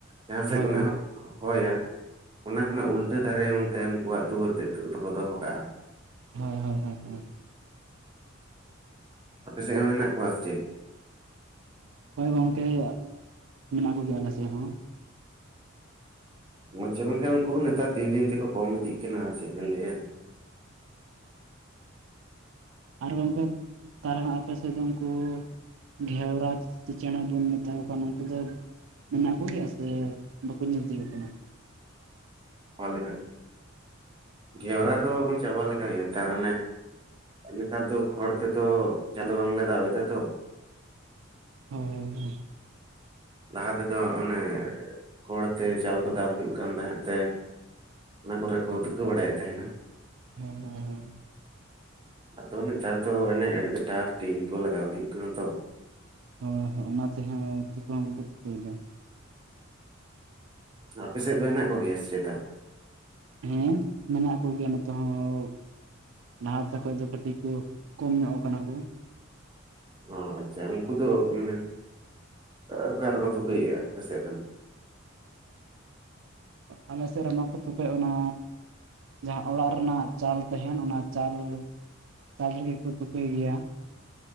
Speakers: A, on the right; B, on the right.
A: ᱡᱟᱦᱟᱸ ᱥᱮᱫ
B: ᱦᱳᱭ
A: ᱠᱷᱚᱱᱟᱜ-ᱮ ᱦᱚᱭᱟ ᱚᱱᱟ ᱠᱷᱚᱱᱟᱜ ᱩᱞᱴᱟᱹ ᱫᱷᱟᱨᱮ ᱚᱱᱛᱮᱱ ᱠᱩᱣᱟᱜ ᱫᱩᱣᱟᱹᱨ ᱛᱮᱫ ᱫᱚᱠᱚ ᱫᱚᱦᱚ ᱠᱟᱜᱼᱟ᱾
B: <inaudible>
A: ᱟᱯᱮ ᱥᱮᱫ ᱦᱚᱸ ᱦᱮᱱᱟᱜ ᱠᱚᱣᱟ ᱥᱮ ᱪᱮᱫ?
B: ᱦᱳᱭ ᱜᱚᱝᱠᱮ, ᱢᱮᱱᱟᱜ ᱠᱚᱜᱮᱭᱟ ᱟᱞᱮ ᱥᱮᱫ ᱦᱚᱸ᱾
A: <unintelligible> ᱩᱱᱠᱩ ᱦᱚᱸ ᱱᱮᱛᱟᱨ ᱫᱤᱱ ᱫᱤᱱ ᱛᱮᱠᱚ ᱠᱚᱢ ᱤᱫᱤᱜ ᱠᱟᱱᱟ ᱟᱨ ᱪᱮᱫ ᱵᱮᱱ ᱞᱟᱹᱭᱟ᱾ <inaudible>
B: ᱟᱨ ᱜᱚᱝᱠᱮ ᱛᱟᱦᱚᱞᱮ ᱦᱟᱸᱜ ᱟᱯᱮ ᱥᱮᱫ ᱫᱚ ᱩᱱᱠᱩ ᱜᱷᱮᱣᱨᱟ ᱪᱮ ᱪᱮᱬᱮ ᱵᱚᱱ ᱢᱮᱛᱟ ᱠᱚ ᱠᱟᱱᱟ ᱩᱱᱠᱩ ᱫᱚ ᱢᱮᱱᱟᱜ ᱠᱩ ᱜᱮᱭᱟ ᱥᱮ ᱵᱟᱠᱚ ᱧᱮᱞ ᱛᱤᱭᱚᱜᱚᱜ ᱠᱟᱱᱟ᱾
A: ᱚᱣᱟᱞ ᱞᱮᱠᱟ ᱜᱮ ᱜᱷᱮᱣᱨᱟ ᱫᱚ ᱵᱩᱱ ᱪᱟᱵᱟ ᱞᱮᱠᱟ ᱜᱮ ᱛᱟᱨ ᱚᱱᱮ ᱱᱮᱛᱟᱨ ᱫᱚ ᱠᱷᱚᱲ ᱛᱮᱫᱚ ᱪᱟᱸᱫᱩ ᱵᱟᱝᱞᱮ ᱫᱟᱵᱽ ᱮᱫᱟ ᱛᱚ᱾
B: ᱦᱩᱸ ᱦᱩᱸ ᱦᱩᱸ
A: <inaudible> ᱞᱟᱦᱟ ᱛᱮᱫᱚ ᱚᱱᱮ ᱠᱷᱚᱲ ᱛᱮ ᱪᱟᱞ ᱠᱚ ᱫᱟᱵᱽ ᱦᱩᱭᱩᱜ ᱠᱟᱱ ᱛᱟᱦᱮᱸᱜ ᱛᱮ ᱚᱱᱟ ᱠᱚᱨᱮ ᱠᱚ ᱛᱩᱠᱟᱹ ᱵᱟᱲᱟᱭᱮᱫ ᱛᱟᱦᱮᱱᱟ᱾
B: ᱦᱩᱸ ᱦᱩᱸ ᱦᱩᱸ
A: ᱟᱫᱚ ᱱᱮᱛᱟᱨ ᱫᱚ ᱮᱱᱮ ᱮᱰᱵᱤᱴᱟᱨ ᱴᱤᱱ ᱠᱚ ᱞᱟᱜᱟᱣ ᱦᱩᱭᱩᱜ ᱠᱟᱱᱟ ᱛᱚ᱾
B: ᱟᱫᱚ ᱚᱱᱟ ᱛᱮᱦᱚᱸ ᱴᱷᱤᱠᱟ ᱦᱚᱸ ᱵᱟᱠᱚ ᱴᱷᱤᱠᱟᱹᱭᱮᱫᱟ
A: ᱟᱯᱮ ᱥᱮᱫ ᱫᱚ ᱦᱮᱱᱟᱜ ᱠᱚ ᱜᱮᱭᱟ ᱥᱮᱛᱟ?
B: ᱦᱮᱸ ᱢᱮᱱᱟᱜ ᱠᱚ ᱜᱮᱭᱟ ᱱᱚᱛᱮ ᱦᱚᱸᱻ᱾ ᱞᱟᱦᱟ ᱛᱮ ᱠᱷᱚᱡ ᱫᱚ ᱠᱟᱹᱴᱤᱡ ᱠᱩ ᱠᱚᱢ ᱧᱚᱜ ᱠᱟᱱᱟ ᱠᱩ᱾
A: ᱚ ᱟᱪᱪᱷᱟ ᱩᱱᱠᱩ ᱫᱚ ᱢᱟᱱᱮ ᱚᱠᱟ ᱨᱮᱠᱚ ᱛᱩᱠᱟᱹᱭ ᱜᱮᱜ-ᱟ ᱟᱯᱮ ᱥᱮᱫ ᱫᱚ?
B: ᱟᱞᱮ ᱥᱮᱫ ᱨᱮᱢᱟ ᱠᱚ ᱛᱩᱠᱟᱹᱭ ᱚᱱᱟᱻ ᱡᱟᱦᱟᱸ ᱚᱲᱟᱜ ᱨᱮᱱᱟᱜ ᱪᱟᱞ ᱛᱟᱦᱮᱱ ᱚᱱᱟ ᱪᱟᱞ ᱪᱟᱞ ᱨᱮᱜᱤ ᱠᱩ ᱛᱩᱠᱟᱹᱭ ᱜᱮᱭᱟ᱾